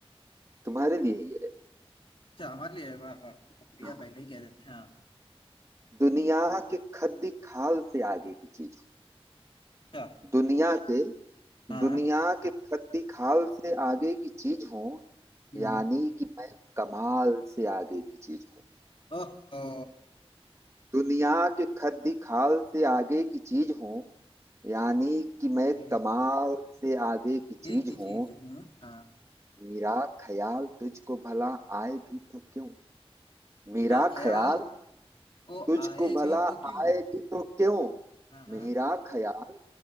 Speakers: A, on the right; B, on the left.
A: तुम्हारे लिए ये है।
B: अच्छा हमारे लिए वाह वाह शुक्रिया
A: हाँ।
B: पहले ही कह देते हैं हाँ
A: दुनिया के खद्दी खाल से आगे की चीज
B: अच्छा
A: हूँ दुनिया के
B: हाँ
A: दुनिया के खद्दी खाल से आगे की चीज हूँ
B: हम्म,
A: यानी कि मैं कमाल से आगे की चीज हूँ
B: ओहो
A: दुनिया के खद्दी खाल से आगे की चीज हूँ यानी कि मैं
B: ये
A: कमाल से आगे की चीज
B: एक ही
A: हूँ
B: चीज हूँ हाँ
A: मेरा ख्याल तुझको भला आए भी तो क्यों मेरा
B: मेरा ख्याल
A: ख्याल
B: ओ
A: तुझको
B: आए
A: भला
B: भी तो क्यों
A: आए भी तो क्यों
B: हाँ हाँ
A: मेरा ख्याल